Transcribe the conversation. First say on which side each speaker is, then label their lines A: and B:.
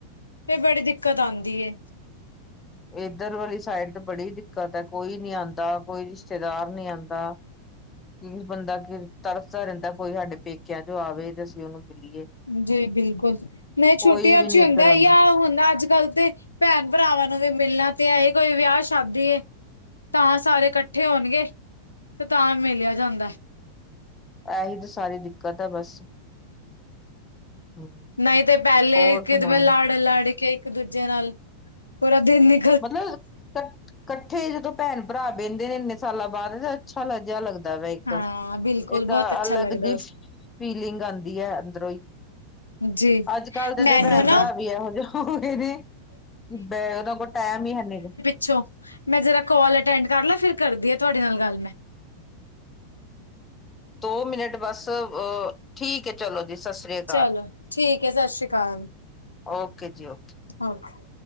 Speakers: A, on the left (about 80°); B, on the left (about 20°).
A: ਫੇ ਬੜੀ ਦਿੱਕਤ ਆੰਦੀ ਏ।
B: ਏਧਰ ਵਲੀ ਸਾਈਡ ਤੇ ਬੜੀ ਦਿੱਕਤ ਐ, ਕੋਈ ਨੀ ਆੰਦਾ ਕੋਈ, ਰਿਸ਼ਤੇਦਾਰ ਨੀ ਆੰਦਾ। ਕਿ ਬੰਦਾ ਕੀਰ ਤਰਸਦਾ ਰੈੰਦਾ ਕੋਈ ਹਾਡੇ ਪੇਕਿਆਂ ਚੋ ਆਵੇ ਤੇ ਅਸੀਂ ਓਨੂੰ ਮਿਲੀਏ।
A: ਜੇ ਬਿਲਕੁਲ, ਨਹੀਂ ਛੁੱਟੀਆਂ
B: ਕੋਈ ਵੀ
A: ਚ
B: ਨੀ
A: ਈ ਹੁੰਦੈ,
B: ਇੱਧਰ ਆਉਂਦਾ
A: ਜਾ ਹੁਣ ਅੱਜ ਕੱਲ ਤੇ ਭੈਣ ਭਰਾਵਾਂ ਨੂੰ ਵੀ ਮਿਲਣਾ ਤੇ ਐਈ ਕੋਈ ਵਿਯਾ ਸ਼ਾਦੀ ਏ, ਤਾਂ ਸਾਰੇ ਕੱਠੇ ਹੋਣਗੇ। ਤੇ ਤਾਂ ਮਿਲਿਆ ਜਾਂਦੈ।
B: ਐਹੀ ਤੇ ਸਾਰੀ ਦਿੱਕਤ ਐ, ਬਸ। ਹਮ
A: ਨਈ 'ਤੇ ਪਹਿਲੇ
B: ਹੋਰ ਸੁਣਾਓ
A: ਕਿਦ ਮੈ ਲੜ-ਲੜ ਕੇ ਇੱਕ-ਦੂਜੇ ਨਾਲ, ਪੂਰਾ ਦਿਨ ਨਿ
B: ਮਤਲਬ ਕੱ ਕੱਠੇ ਜਦੋਂ ਭੈਣ ਭਰਾ ਬਹਿੰਦੇ ਨੇ ਇੰਨੇ ਸਾਲਾਂ ਬਾਅਦ ਛੱਲ ਜਿਹਾ ਲੱਗਦਾ ਵੇ, ਇੱਕ
A: ਹਾਂ ਬਿਲਕੁਲ
B: ਇੱਕ
A: ਬਹੁਤ ਅੱਛਾ
B: ਅਲੱਗ
A: ਲੱਗਦਾ
B: ਜੀ ਫੀਲਿੰਗ ਆਂਦੀ ਐ। ਅੰਦਰੋਂ ਈ।
A: ਜੀ
B: ਅੱਜ-ਕੱਲ ਦੇ
A: ਮੈਨੂੰ
B: 'ਤੇ ਭੈਣ
A: ਨਾ
B: ਭਰਾ ਵੀ ਇਹੋ ਜੇ ਹੋ ਗਏ ਨੇ। ਉਹਨਾ ਕੋਲ ਟਾਈਮ ਈ ਹੈ ਨੀ ਗਾ।
A: ਛੋ ਮੈਂ ਜਰਾ ਕੋਅਲ ਅਟੈਂਡ ਕਰ ਲੈ ਫੇਰ ਕਰਦੀ ਆ ਤੁਹਾਡੇ ਨਾਲ ਗੱਲ ਮੈਂ।
B: ਦੋ ਮਿੰਨਟ ਬਸ ਅ ਠੀਕ ਏ। ਚਲੋ ਜੀ, ਸ਼ ਸ਼੍ਰੀ ਆ
A: ਚਲੋ ਠੀਕ ਏ, ਸ਼ ਸ਼੍ਰੀ ਕਾਲ,
B: ਓਕੇ ਜੀ ਓਕੇ
A: ਓਕੇ।